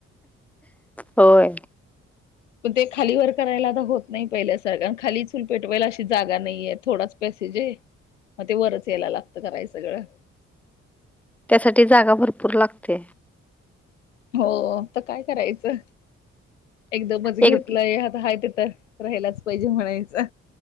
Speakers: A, in the centre; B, on the left.
A: होय
B: पण ते खाली वर करायला आता होत नाही पहिल्या सारखं आणि खाली चूल पेटवायला अशी जागा नाहीये थोडाच पॅसेज हाय म ते वरच यायला लागत कराय सगळं
A: त्यासाठी जागा भरपूर लागते
B: हो आता काय करायचं एकदमच घेतलं
A: एक
B: यात ते हाय तिथं राहिलाच पाहिजे म्हणायचं